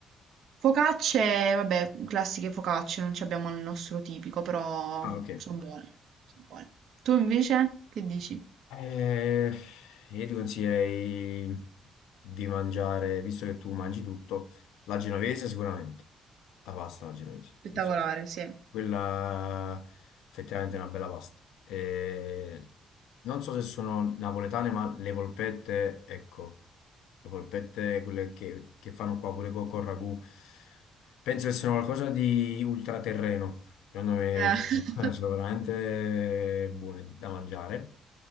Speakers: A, on the right; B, on the left.
A: Focacce, vabbè, classiche focacce, non ci abbiamo il nostro tipico, però
B: Ah, ok.
A: sono buone, sono buone. Tu invece che dici?
B: Eh, io ti consiglierei di mangiare, visto che tu mangi tutto, la genovese sicuramente, la pasta alla genovese,
A: Spettacolare,
B: non so se...
A: sì. Eh,
B: Quella effettivamente è una bella pasta. E non so se sono napoletane, ma le polpette, ecco, le polpette, quelle che, che fanno qua pure co- con ragù, penso che siano qualcosa di ultraterreno. Secondo me
A: <laughs>
B: sono, <laughs> sono veramente buone da mangiare.